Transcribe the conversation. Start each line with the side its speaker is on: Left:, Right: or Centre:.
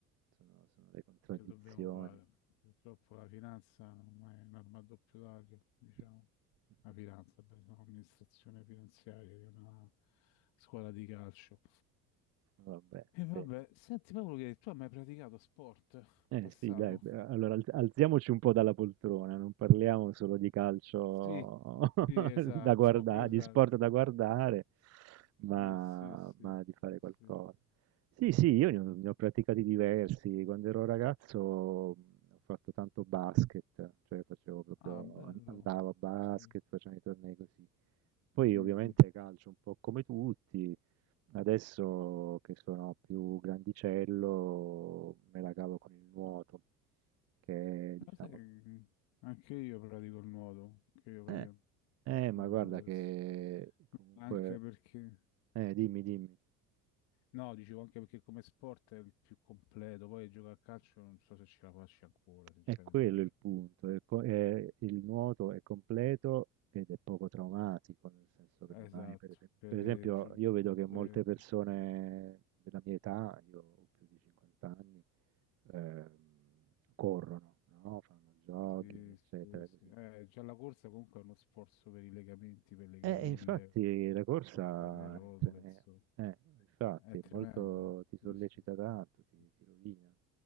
Right: Sono, sono le contraddizioni.
Left: che dobbiamo fare? Purtroppo la finanza ormai è un'arma a doppio taglio,
Right: <laughs>
Left: diciamo. La finanza, beh, sono l'amministrazione finanziaria di una squadra di calcio.
Right: Vabbè,
Left: E vabbè,
Right: sì.
Left: senti Paolo che tu hai mai praticato sport in
Right: Eh
Left: passato?
Right: sì, dai, beh, allora alz- alziamoci un po' dalla poltrona, non parliamo solo di calcio
Left: Sì,
Right: <laughs>
Left: sì, esatto,
Right: da guardare,
Left: <laughs> esatto.
Right: di sport da guardare, ma,
Left: Sì, sì, sì,
Right: ma di fare
Left: sì,
Right: qualcosa.
Left: sì.
Right: Sì, sì, io ne ho, ne ho praticati diversi. Quando ero ragazzo mh, ho fatto tanto basket, cioè facevo proprio,
Left: Ah, bello.
Right: an- andavo a basket,
Left: Sì.
Right: facevo i tornei così. Poi
Left: Mhm.
Right: ovviamente calcio un po' come tutti, Adesso che sono più grandicello me la cavo con il nuoto, che è, diciamo...
Left: Lo sai, che anche io pratico il nuoto, anche io pratico
Right: Eh,
Left: il
Right: eh,
Left: nuoto
Right: ma guarda
Left: adesso.
Right: che comunque...
Left: Anche perché,
Right: Eh, dimmi, dimmi.
Left: no, dicevo anche perché come sport è il più completo, poi giocare a calcio non so se ce la faccio ancora, sinceramente
Right: È quello
Left: non
Right: il
Left: c'è.
Right: punto. è co- è- il nuoto è completo ed è poco traumatico, nel senso che
Left: Esatto,
Right: non hai, per esempio...
Left: per
Right: Per
Left: le
Right: esempio,
Left: giunture,
Right: io vedo che molte persone della mia età, io ho più di 50 anni, ehm, corrono, no? Fanno jogging,
Left: sì,
Right: eccetera,
Left: sì, sì.
Right: così.
Left: Eh, già la corsa comunque è uno sforzo per i legamenti, per le
Right: Eh,
Left: caviglie,
Right: infatti la corsa
Left: per le le rotule,
Right: è treme
Left: insomma,
Right: eh, infatti
Left: è
Right: è
Left: tremenda.
Right: molto ti
Left: Sì,
Right: sollecita
Left: sì,
Right: tanto,
Left: sì, sì.
Right: ti
Left: sì.
Right: ti rovina. A